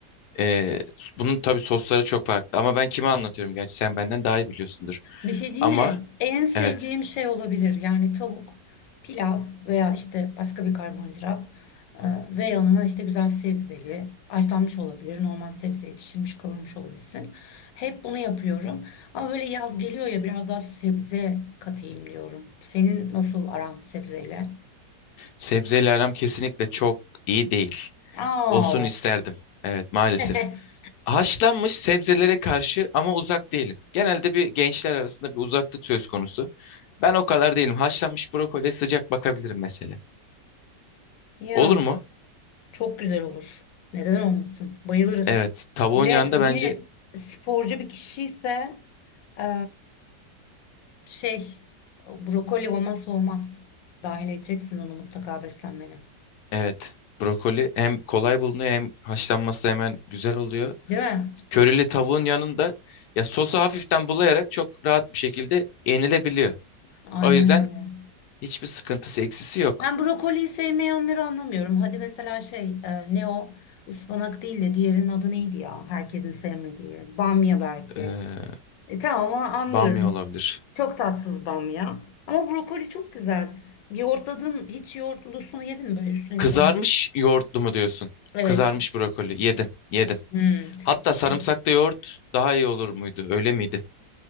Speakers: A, on the left; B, on the left.
A: E, bunun tabii sosları çok farklı. Ama ben kime anlatıyorum gerçi sen benden daha iyi biliyorsundur.
B: Bir şey değil
A: Ama
B: mi? En sevdiğim
A: evet
B: şey olabilir. Yani tavuk, pilav veya işte başka bir karbonhidrat e, ve yanına işte güzel sebzeli, haşlanmış olabilir, normal sebzeyi pişirmiş kavurmuş olabilsin. Hep bunu yapıyorum. Ama böyle yaz geliyor ya biraz daha sebze katayım diyorum. Senin nasıl aran sebzeyle?
A: sebzeyle aram kesinlikle çok iyi değil.
B: Aa.
A: Olsun isterdim. Evet maalesef.
B: <laughs>
A: Haşlanmış sebzelere karşı ama uzak değilim. Genelde bir gençler arasında bir uzaklık söz konusu. Ben o kadar değilim. Haşlanmış brokoliye sıcak bakabilirim mesela.
B: Ya.
A: Olur mu?
B: Çok güzel olur. Neden olmasın? Bayılırız.
A: Evet. Tavuğun
B: Yine
A: yanında
B: yine
A: bence
B: sporcu bir kişi ise eee, şey brokoli olmazsa olmaz. Dahil edeceksin onu mutlaka beslenmene.
A: evet. Brokoli hem kolay bulunuyor hem haşlanması hemen güzel oluyor.
B: Değil mi?
A: Körili tavuğun yanında ya sosu hafiften bulayarak çok rahat bir şekilde yenilebiliyor.
B: Aynen
A: O yüzden
B: öyle.
A: hiçbir sıkıntısı eksisi yok.
B: Ben brokoliyi sevmeyenleri anlamıyorum. Hadi mesela şey e, ne o ıspanak değil de diğerinin adı neydi ya? Herkesin sevmediği. Bamya belki.
A: Ee,
B: E, tamam onu anlıyorum.
A: bamya olabilir.
B: Çok tatsız bamya. Ama brokoli çok güzel. Yoğurtladın hiç yoğurtlusunu yedin mi böyle üstüne
A: Kızarmış
B: güzel?
A: yoğurtlu mu diyorsun?
B: Evet.
A: Kızarmış brokoli. Yedim, yedim.
B: Hmm.
A: Hatta
B: Şey
A: sarımsaklı yoğurt daha iyi olur muydu? Öyle miydi?